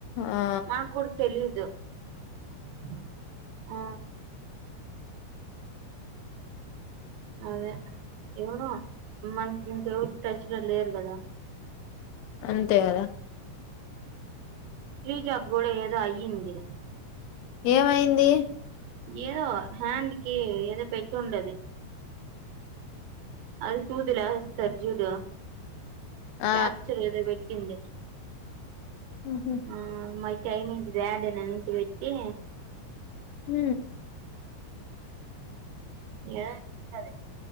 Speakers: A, on the left; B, on the right.
A: ఆ
B: మాక్కుడా తెలీయదు <inaudible> ఆ అదే ఎవరో మనకి ఇంకెవరు టచ్ లో లేరు కదా
A: అంతే కదా
B: ఫీజ గోడ ఏదో అయంది
A: ఏమయింది
B: ఏదో హ్యాండ్కి ఏదో పెట్టి ఉండది అది చూదులార్జూలు
A: ఆ
B: క్యాప్చలేద బట ఎంది
A: ఉహు.
B: ఆ మై చైనీస్ బడ్సి వెట్తే
A: హ
B: ఏద కద